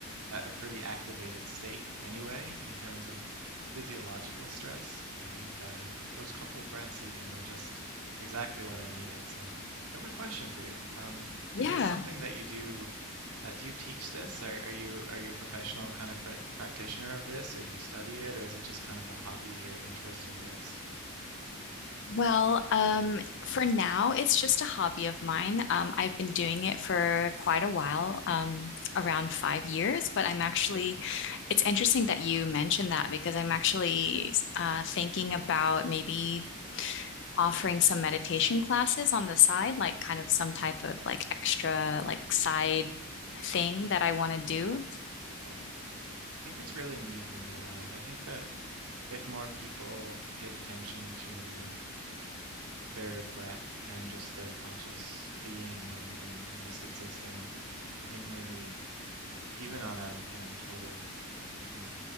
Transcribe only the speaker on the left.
Yeah.
Well, um, for now, it's just a hobby of mine. Um, I've been doing it for quite a while, um, around five years, but I'm actually, it's interesting that you mentioned that because I'm actually uh, thinking about maybe offering some meditation classes on the side, like kind of some type of like extra, like side thing that I want to do.